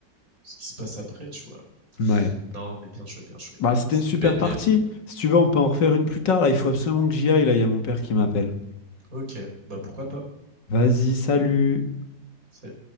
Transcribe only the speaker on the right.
ce qui se passe après, tu vois.
Non, mais bien joué, bien joué.
C'était
une belle
game.
Ok, bah pourquoi pas.
Salut.